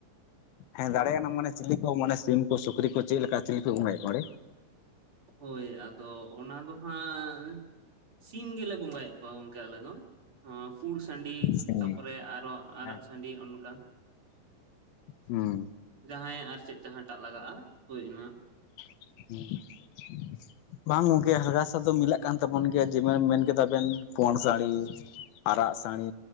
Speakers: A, on the left; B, on the right.
A: ᱦᱮᱸ ᱫᱟᱲᱮ ᱭᱮᱱᱟᱢ ᱢᱟᱱᱮ ᱪᱤᱞᱤ ᱠᱚ ᱢᱟᱱᱮ ᱥᱤᱢ ᱠᱚ ᱥᱩᱠᱨᱤ ᱠᱚ ᱪᱮᱫ ᱞᱮᱠᱟ ᱪᱤᱞᱤ ᱯᱮ ᱵᱚᱸᱜᱟᱭᱮᱫ ᱠᱚᱣᱟ ᱚᱸᱰᱮ?
B: ᱦᱳᱭ ᱟᱫᱚ ᱚᱱᱟ ᱫᱚ ᱦᱟᱸᱜ ᱥᱤᱢ ᱜᱮᱞᱮ ᱵᱚᱸᱜᱟᱭᱮᱫ ᱠᱚᱣᱟ ᱜᱚᱝᱠᱮ ᱟᱞᱮ ᱫᱚ ᱯᱩᱲ ᱥᱟᱺᱰᱤ
A: ᱥᱤᱢ
B: ᱛᱟᱯᱚᱨᱮ
A: ᱜᱮ᱾
B: ᱟᱨ ᱦᱚᱸ ᱟᱨᱟᱜ
A: ᱦᱮᱸ
B: ᱥᱟᱺᱰᱤ ᱚᱱᱠᱟ᱾
A: ᱦᱩᱸ
B: ᱡᱟᱦᱟᱸᱭ ᱟᱨ ᱪᱮᱫ ᱡᱟᱦᱟᱸ ᱴᱟᱜ ᱞᱟᱜᱟᱜᱼᱟ, ᱦᱳᱭ ᱚᱱᱟ᱾
A: <unintelligible> ᱵᱟᱝ ᱜᱚᱝᱠᱮ <unintelligible> ᱫᱚ ᱢᱤᱞᱟᱜ ᱠᱟᱱ ᱛᱟᱵᱚᱱ ᱜᱮᱭᱟ ᱡᱮᱢᱚᱱ ᱵᱮᱱ ᱢᱮᱱ ᱠᱮᱫᱟ ᱵᱮᱱ ᱯᱩᱰ ᱥᱟᱺᱰᱤ᱾ ᱟᱨᱟᱜ ᱥᱟᱺᱰᱤ